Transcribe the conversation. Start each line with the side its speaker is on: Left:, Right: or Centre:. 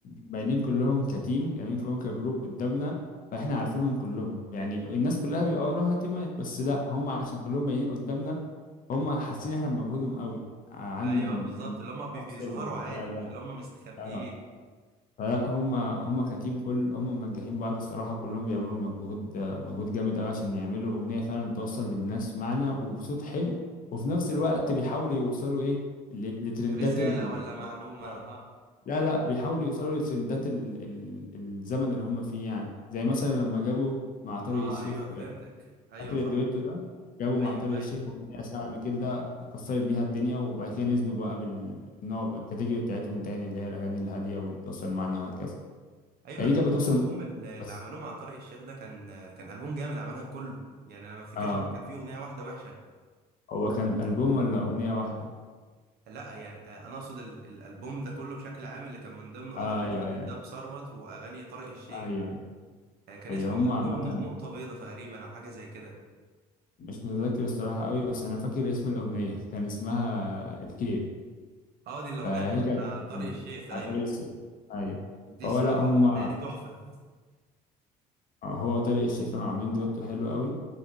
Left: باينين كلهم كتيم باينين كلهم كجروب قدامنا فاحنا عارفينهم كلهم يعني الناس كلها بيبقى وراها تيمات بس لا هم عشان كلهم باينين قدامنا هم حاسين احنا بمجهودهم قوي عن
Right: ايوه بالظبط اللي هم
Left: الشخص
Right: بي- بيظهروا
Left: اللي بيبقى
Right: عادي
Left: طالع لوحده
Right: مش اللي هم مستخبيين
Left: آه. فلا هم هم كتيم كل هم منجحين بعض الصراحة كلهم بيعملوا مجهود مجهود جامد قوي عشان يعملوا أغنية فعلا توصل للناس معنى وبصوت حلو وفي نفس الوقت بيحاولوا يوصلوا إيه ل- لترندات
Right: رسالة
Left: ال
Right: ولا معلومة
Left: آه.
Right: اه
Left: لا لا بيحاولوا يوصلوا لترندات ال... ال... الزمن اللي هم فيه يعني زي مثلا لما جابوا مع
Right: اه
Left: طارق الشيخ
Right: ايوه فهمتك ايوه
Left: فاكر
Right: صح
Left: الدويتو ده جابوا مع
Right: ايوه
Left: طارق
Right: ايوه
Left: الشيخ أغنية شعبي كده كسرت بيها الدنيا وبعد كده نزلوا بقى بالنوع الكاتيجوري بتاعتهم تاني اللي هي الأغاني الهادية واللي توصل معانا وهكذا
Right: ايوه
Left: يعني
Right: انا فاهم
Left: دي كانت بتوصل
Right: الالبوم اللي اللي
Left: بس
Right: عملوه مع طارق الشيخ ده كان كان البوم جامد عامة كله يعني انا ما افتكرش
Left: اه
Right: ان كان فيه اغنية واحدة وحشة
Left: هو كان ألبوم ولا أغنية واحدة
Right: لا يعني آه، انا اقصد ال- الالبوم ده كله بشكل عام اللي كان من ضمنه
Left: آه
Right: اغاني
Left: أيوه أيوه
Right: زاب ثروت واغاني طارق الشيخ
Left: أيوه
Right: آه، كان
Left: أيوه
Right: اسمه
Left: هما
Right: البوم
Left: عامة
Right: نقطة بيضة تقريبا او حاجة زي كده
Left: مش متذكر الصراحة قوي بس أنا فاكر اسم الأغنية كان اسمها الكيف
Right: اه دي الاغنية
Left: فهي
Right: اللي
Left: كانت
Right: مع طارق
Left: آه،
Right: الشيخ
Left: بتاع
Right: ايوه
Left: طارق الشيخ أيوه
Right: دي
Left: هو
Right: الصراحة
Left: لا هما
Right: الاغنية دي تحفة
Left: آه، هو وطارق الشيخ كانوا عاملين دويتو حلو قوي